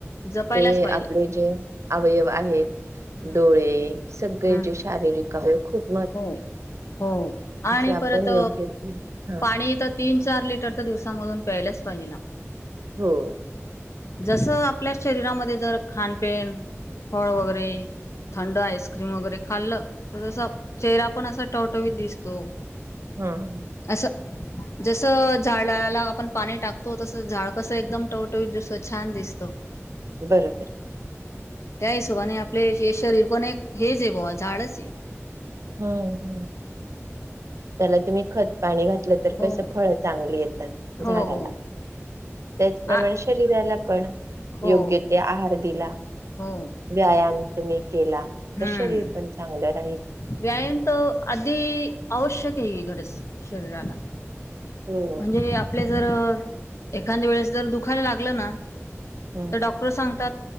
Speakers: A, on the left; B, on the right.
A: जपायलाच
B: ते
A: पाहिजे
B: आपले जे अवयव आहेत
A: हम्म
B: डोळे सगळे
A: हम्म
B: जे शारीरिक अवयव खूप -
A: हो हो आणि
B: आपण
A: परत
B: योग्य ती हा
A: पाणी तर तीन चार - चार लिटर तर दिवसामधून प्यायलाच पाहिजे ना आपण.
B: हो
A: जस आपल्या शरीरामध्ये जर खान पेन फळ वगैरे थंड आईस्क्रीम वगैरे खाल्लं तर तस! चेहरा पण असं टवटवीत दिसतो.
B: हम्म
A: अस जस झाडाला- आपण पाणी टाकतो तसं झाड कसं एकदम टवटवीत दिसत छान दिसतं
B: बरोबर
A: त्या हिशोबाने आपले शरीर पण एक हेच आहे बा झाडच आहे.
B: हम्म त्याला तुम्ही खत पाणी घात. तर
A: हो
B: कस फळ चांगले येतात
A: हो
B: झाडाला
A: हो
B: त्याच प्रमाणे
A: आ
B: शरीराला - पण
A: हो
B: योग्य ते आहार दिला
A: हो
B: व्यायाम तुम्ही केला
A: हम्म
B: तर शरीर पण चांगलं राहील
A: व्यायाम तर आधी आवश्यक आहे गरज शरीराला
B: हो
A: म्हणजे आपल्या जर एखाद वेळेस जर दुखायला लागलं ना
B: हम्म
A: तर डॉक्टर सांगतात